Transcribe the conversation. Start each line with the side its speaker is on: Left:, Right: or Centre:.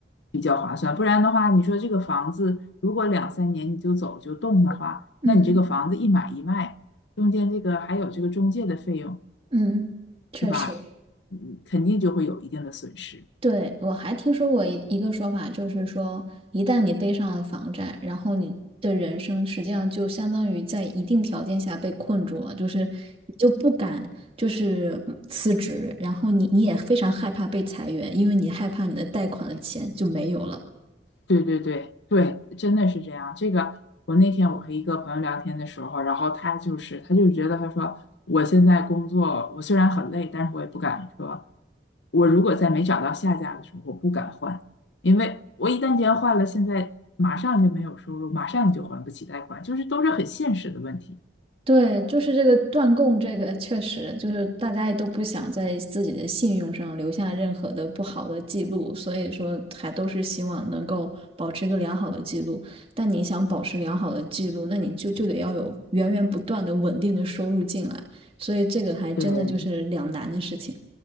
Left: 比较划算。不然的话，你说这个房子如果两三年你就走就动的话，
Right: 嗯
Left: 那你这个房子一买一卖，中间这个还有这个中介的费用，
Right: 嗯，确实。
Left: 是吧？嗯，肯定就会有一定的损失。
Right: 对，我还听说过一一个说法，就是说，一旦你背上了房贷，然后你的人生实际上就相当于在一定条件下被困住了，就是你就不敢就是嗯辞职，然后你你也非常害怕被裁员，因为你害怕你的贷款的钱就没有了。
Left: 对对对对，真的是这样。这个我那天我和一个朋友聊天的时候，然后他就是他就觉得他说我现在工作，我虽然很累，但是我也不敢说，我如果在没找到下家的时候，我不敢换，因为我一旦间换了，现在马上就没有收入，马上就还不起贷款，就是都是很现实的问题。
Right: 对，就是这个断供，这个确实就是大家也都不想在自己的信用上留下任何的不好的记录，所以说还都是希望能够保持一个良好的记录。但你想保持良好的记录，那你就就得要有源源不断的稳定的收入进来，所以这个还真的就是两难的事情。
Left: 对，